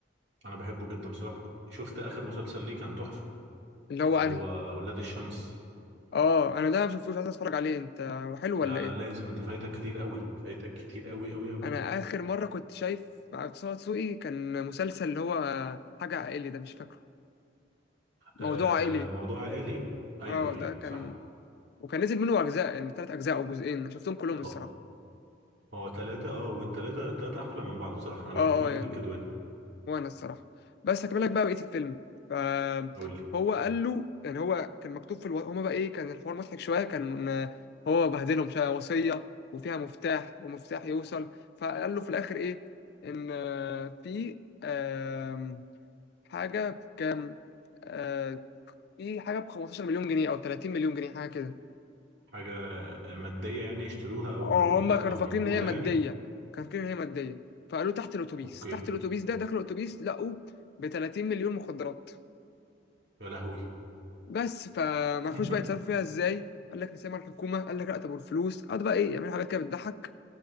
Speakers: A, on the right; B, on the left.
A: انا بحبه جدا بصراحة شفت اخر مسلسل ليه كان تحفة
B: اللي هو
A: اللي
B: انهي
A: هو اولاد الشمس
B: اه انا ده ما شفتوش عايز اتفرج عليه انت هو حلو
A: لا
B: ولا
A: لا
B: ايه
A: لازم انت فايتك كتير قوي فايتك كتير قوي قوي قوي
B: انا اخر مره كنت شايف مع طه دسوقي كان مسلسل اللي هو حاجه عائلي ده مش فاكره موضوع
A: آه
B: عائلي
A: موضوع عائلي ايوه
B: اه ده
A: ايوه
B: كان
A: صح
B: وكان نزل منه اجزاء يعني ثلاث اجزاء او جزئين أنا شفتهم كلهم
A: هو
B: الصراحه
A: هو ثلاثة اه والثلاثة ثلاثة احلى من بعض بصراحة انا
B: اه
A: بحب ماجد
B: اه يعني
A: الكدواني
B: وانا الصراحه بس هكمل لك بقى بقيه الفيلم فهو
A: قول لي
B: قال له يعني هو كان مكتوب في الو... هما بقى ايه كان الحوار مضحك شويه كان آه، هو بهدلهم شويه وصيه وفيها مفتاح ومفتاح يوصل فقال له في الاخر ايه ان آه، في آم، حاجه بكام آه، في حاجه ب 15 مليون جنيه او 30 مليون جنيه حاجه كده
A: حاجة مادية يعني يشتروها او
B: آه، هما كانوا
A: او
B: فاكرين
A: موجودة
B: ان هي ماديه
A: يعني
B: كانوا فاكرين ان هي ماديه فقالوا تحت الاتوبيس
A: اوكي
B: تحت الاتوبيس ده داخل الاتوبيس لقوا ب 30 مليون مخدرات
A: يا لهوي
B: بس فما عرفوش
A: <laughs>
B: بقى يتصرفوا فيها ازاي قال لك نسيبها مع الحكومه قال لك لا طب والفلوس قعد بقى ايه يعملوا حاجات كده بتضحك